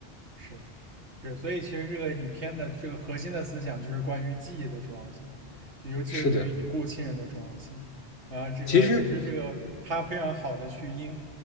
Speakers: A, on the right; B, on the left.
A: 是是，所以其实这个影片的这个核心的思想就是关于记忆的重要性，就尤其是对于已故亲人的重要性。
B: 是的，
A: 然后这个其实这个他非常好的去因，
B: 其实